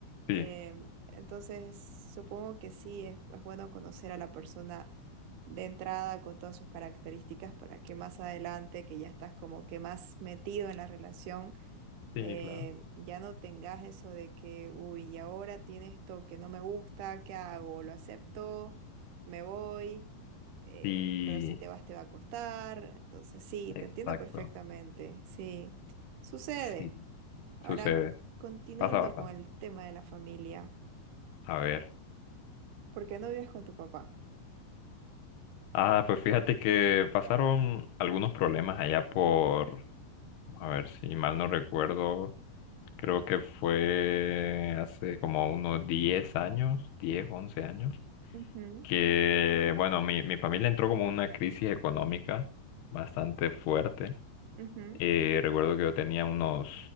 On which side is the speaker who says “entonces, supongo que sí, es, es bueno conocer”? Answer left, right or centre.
Right